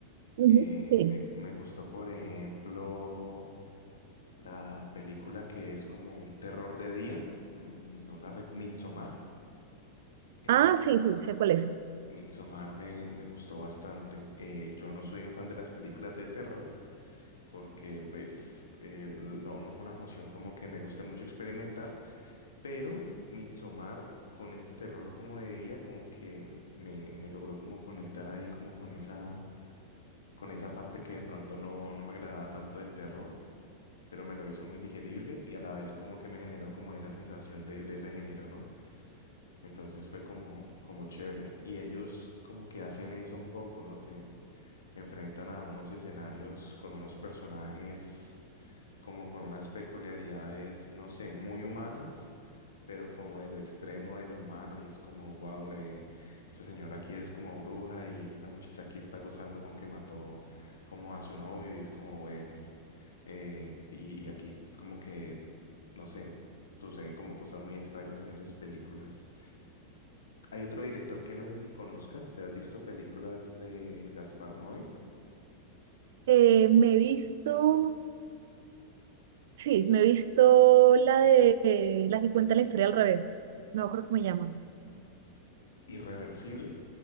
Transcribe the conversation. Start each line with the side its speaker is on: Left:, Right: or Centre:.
Right: Ujú.
Left: Eh,
Right: Sí.
Left: me, me gustó, por ejemplo. La película que es como un terror de día, mm, no la rec- Midsommar. eh,
Right: Ah, sí, sí, sé cuál es.
Left: Midsommar me, me gustó bastante. Eh, yo no soy un fan de las películas de terror porque pues eh, no, no es una emoción como que me guste mucho experimentar, pero Midsommar con este terror como de día como que me, me logró como conectar ahí como con esa, con esa parte que de pronto no, no me agradaba tanto del terror. pero me lo hizo muy digerible y a la vez como que me generó como esa sensación de, de ese género, ¿no? Entonces fue como, como chévere. Y ellos como que hacen eso un poco, ¿no? Te enfrentan a unos escenarios con unos personajes como con unas peculiaridades, no sé, muy humanas, pero como de lo extremo de lo humano y es como, wow, esta señora aquí es como bruja y esta muchacha aquí está gozando con que mató como a su novio y es como, bueno. Eh, y, y aquí como que, no sé, suceden como cosas muy extrañas en esas películas. Hay otro director que no sé si conozcas, ¿te has visto películas de Gaspar Noé?
Right: Eh, me he visto. Sí, me he visto la de eh, la que cuenta la historia al revés. No me acuerdo cómo se llama.
Left: Irreversible.